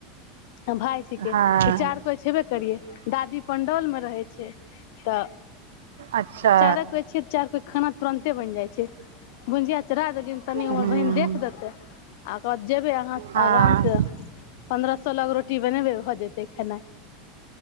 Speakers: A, on the left; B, on the right.
A: भाय छिके
B: हँ
A: त चार कोइ छेबे करिये दादी पंडौल मे रहे छै छै तऽ
B: अच्छा
A: चारा कोइ छै चार कोइ खाना तुरन्ते बनि जाइ छै बुजिया चढा देलियनि तनि
B: हूँ
A: ओर बहिन देख देतै <inaudible> जेबै अहाँ
B: हँ
A: आरामसँ पन्द्रह सोलह के रोटी बनेबे भ जेतै खेना